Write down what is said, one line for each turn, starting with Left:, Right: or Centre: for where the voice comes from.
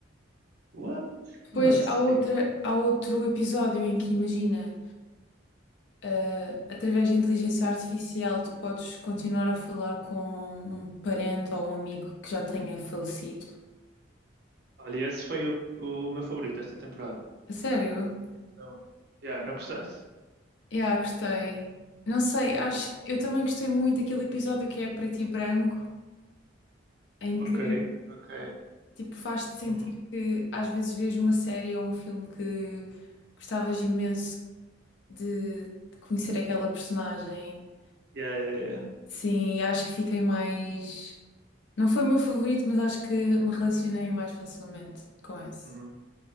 Right: What?
Left: Depois
Right: Como assim?
Left: há outra, há outro episódio em que imagina, ah, através de inteligência artificial, tu podes continuar a falar com um parente ou um amigo que já tenha falecido.
Right: Olha, esse foi o, o meu favorito esta temporada.
Left: A sério?
Right: Não, yeah, não gostaste?
Left: Yeah, gostei. Não sei, acho
Right: Yeah.
Left: que eu também gostei muito daquele episódio que é preto e branco, em que
Right: Ok, ok.
Left: tipo faz-te sentir
Right: Uhum.
Left: que às vezes vês uma série ou um filme que gostavas imenso de, de conhecer aquela personagem.
Right: Yeah, yeah, yeah.
Left: Sim, e acho que fiquei mais. Não foi o meu favorito, mas acho que me relacionei mais facilmente com esse.
Right: Uhum.